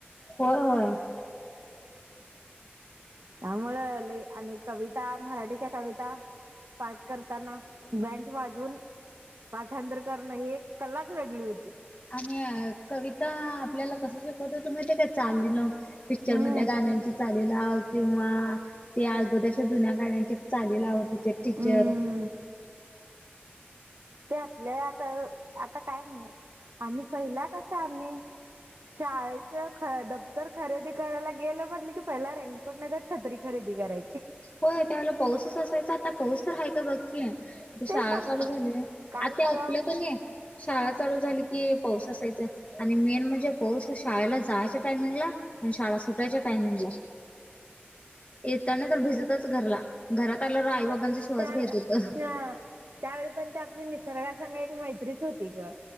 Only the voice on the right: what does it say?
त्यामुळ लय आणि कविता मराठीच्या कविता. पाठ करताना बँच वाजून पाठांतर करणं ही एक कलाच वेगळी होती.
हम्म
हम्म ते आपल्या आता आता काय नाही आणि पहिला कस आम्ही शाळेच ख दप्तर खरेदी करायला गेलं म्हटलं की पहिला रेट. कोठ <unintelligible> नाही तर छत्री खरेदी करायची.
तेच सांग
काल
परवा
त्या
हा त्यावेळी पण ते आपली निसर्गाा संग एक मैत्रीच होती ग.